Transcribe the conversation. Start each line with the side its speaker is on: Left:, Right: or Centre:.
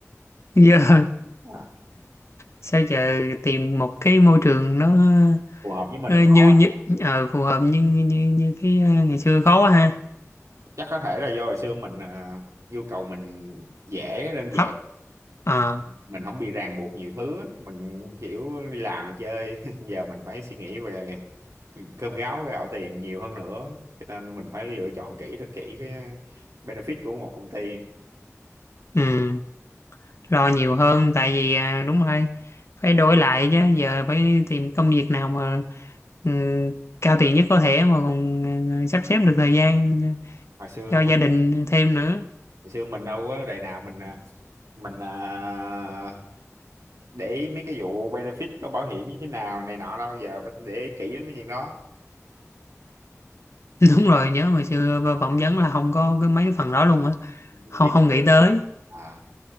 Left: <laughs> giờ
Right: À,
Left: sao giờ tìm một cái môi trường nó
Right: phù hợp với mình
Left: ờ, như
Right: không
Left: như ờ, phù hợp như như như cái ờ, ngày xưa khó quá ha
Right: chắc có thể là do hồi xưa mình à, nhu cầu mình dễ đơn
Left: thấp
Right: giản
Left: ờ
Right: mình không bị ràng buộc nhiều thứ á. mình chịu đi làm chơi <laughs> giờ mình phải suy nghĩ về c- cơm gáo gạo tiền nhiều hơn nữa cho nên mình phải lựa chọn kỹ thật kỹ cái benefit của một công ty
Left: ừ. lo nhiều hơn tại vì ờ, đúng rồi phải đổi lại chứ giờ phải tìm công việc nào mà ừ, cao tiền nhất có thể mà còn ờ, sắp xếp được thời gian
Right: hồi xưa
Left: cho
Right: mình
Left: gia đình thêm nữa
Right: hồi xưa mình đâu có đời nào mình à, mình à, để ý mấy cái vụ benefit có bảo hiểm như thế nào này nọ đâu giờ phải để ý kỹ lắm cái chuyện đó
Left: <laughs> đúng rồi nhớ hồi xưa phỏng vấn là không có cái mấy cái phần đó luôn á
Right: đi
Left: không không
Right: học lương
Left: nghĩ tới
Right: à